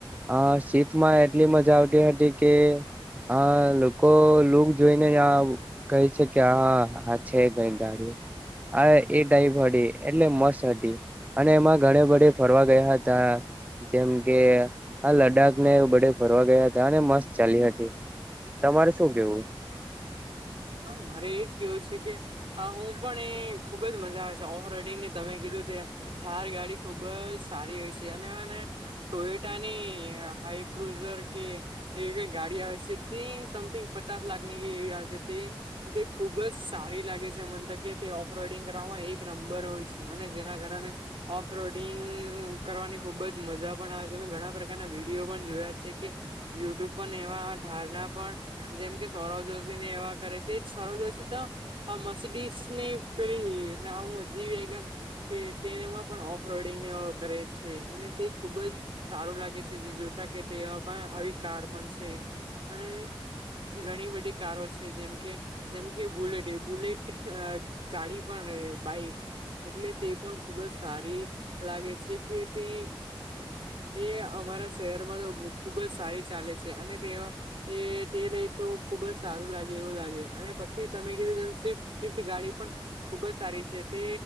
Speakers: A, on the right (about 15°); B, on the right (about 65°).
A: આ સી લાસ્ટ માં એટલી મજા આવતી હતી કે હ લોકો લુક જોઈને. કઈ છે કે હા હા છે કઈ ગાડીયો - આ એટાઈ ભડી એટલે મસ્ત હતી - અને એમાં ઘણે બધે ફરવા ગયા હતા જેમ કે આ લ્ડાખ ને બડે ફરવા ગયા હતા અને મસ્ત ચાલી હતી તમારે શું કેવું.
B: હમ્મ મારે એજ કેવું છે કે. હ હું પણ એ ખુબ જ મજા આવે છે ઓફ રડિંગ ને તમે કીધું ત થાર ગાડી. ખુબ જ સારી હોય છે અને મને ટોયટાની હાઈ ક્રુઝર કે એવી કઈ ગાડી આવે છે. તે સમથિંગ પચાસ લાખ ની એવી આવ છે તે. તે ખુબ જ સારી લાગે છે મને તો કે તે ઓફ રઈડિંગ કરવામાં એક નંબર હોય છે અને જેના કારણે ઓફલોડિંગ કરવાની ખુબ જ મજા પણ આવે છે મે ઘણા પ્રકારના વિડીયો પણ જોયા છ કે. યુટ્યુબ પણ એવા ઠારના પણ જેમ કે સૌરવ જોશી ને એવા. કરે તેજ સોરવ જોશી તો મસડીસ ની ફને હું હજી. તે તેમાં પણ ઓફ રડંગ કરે છે અને તે ખુબ જ. સારું લાગે છે જે જોતા કે તે પણ અવિકાર પણ છે અને ઘણી બધી કારો છે. જેમ કે જેમ કે બુલેટ બુલેટ ગાડી પણ રે બાઈક. એટલે તે પણ ખુબ જ સારી લાગે છે કે તે. તે અમારા શહેરમાં તો ખુબ જ સારી ચાલે છે અને તે એ તે લઈ તો ખુબ જ સારું લાગે. એવું લાગે અને પછી તમે કીધું સ્ફ્ટ સ્વિફ્ટ ગાડી પણ ખુબ જ સારી છે તે.